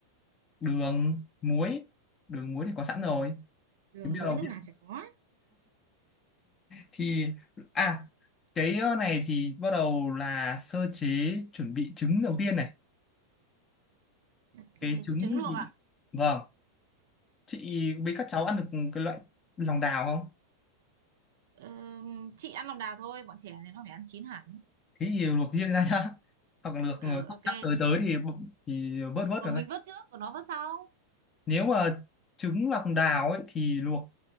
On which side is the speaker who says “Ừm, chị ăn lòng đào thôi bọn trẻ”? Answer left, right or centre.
Right